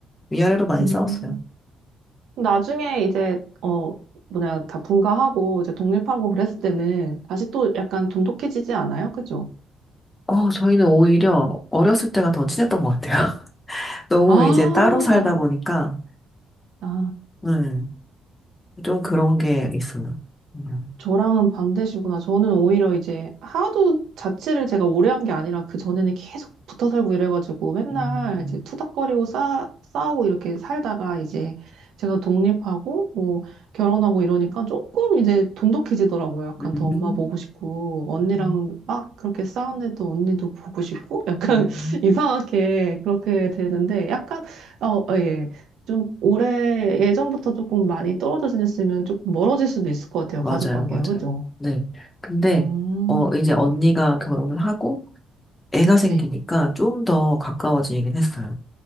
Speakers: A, on the left; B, on the right.
A: 위아래로 많이
B: 음.
A: 싸웠어요.
B: 나중에 이제, 어, 뭐냐, 다 분가하고, 이제 독립하고 그랬을 때는 다시 또 약간 돈독해지지 않아요? 그죠?
A: 어, 저희는 오히려 어렸을 때가 더 친했던 것 같아요. <laughs> 너무
B: 아,
A: 이제 따로 살다 보니까,
B: 아.
A: 음, 좀 그런 게 있어요. 음,
B: 저랑은 반대시구나. 저는 오히려 이제 하도 자취를 제가 오래 한 게 아니라 그 전에는 계속 붙어 살고 이래가지고 맨날
A: 음,
B: 이제 투닥거리고 싸, 싸우고 이렇게 살다가 이제 제가 독립하고 뭐 결혼하고 이러니까 조금 이제 돈독해지더라고요. 약간
A: 음,
B: 더 엄마 보고 싶고 언니랑
A: 음,
B: 막 그렇게 싸우는데도 언니도 보고 싶고 약간
A: 음.
B: <laughs> 이상하게 그렇게 되는데 약간 어, 어, 예. 좀 올해 예전부터 조금 많이 떨어져 지냈으면 조금 멀어질 수도 있을 것 같아요.
A: 맞아요,
B: 가족 관계가,
A: 맞아요.
B: 그죠?
A: 네. 근데,
B: 음,
A: 어, 이제 언니가 결혼을 하고, 애가 생기니까
B: 네.
A: 좀 더 가까워지긴 했어요.